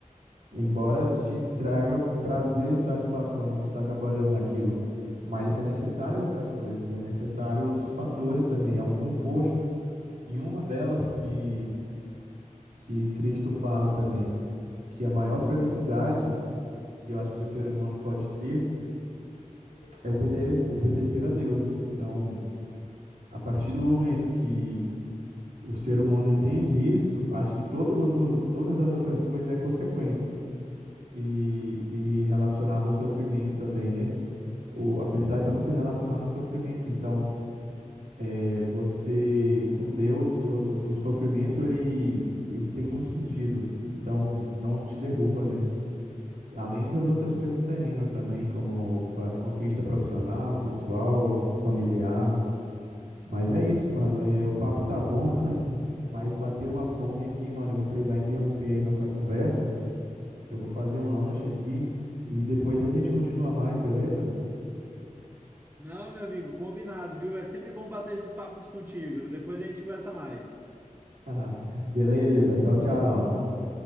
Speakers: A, on the right; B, on the right.
A: Embora te traga prazer e satisfação, né, de estar trabalhando naquilo. Mas é necessário outras coisas, é necessário outros fatores também, é um composto. E uma delas que, que Cristo fala também, que a maior felicidade que eu acho que o ser humano pode ter é obede- obedecer a Deus. Então, A partir do momento que o ser humano entende isso, acho que todos, os- todas as outras coisas é consequência e, e relacionado ao sofrimento também, né? O, a felicidade está muito relacionada ao sofrimento. Então, é, você com Deus, o, o, o sofrimento ele, ele tem um sentido. Então, não te derruba, né? Além das outras coisas terrenas também, como a conquista profissional, pessoal, familiar. Mas é isso, mano. É, o papo tá bom. <laughs> Mas bateu uma fome aqui, mano. Eu vou precisar interromper aí nossa conversa. Eu vou fazer um lanche aqui e depois a gente continua mais, beleza?
B: Não, meu amigo, combinado, viu? É sempre bom bater esses papos contigo. Depois a gente conversa mais.
A: <laughs> Beleza, tchau, tchau.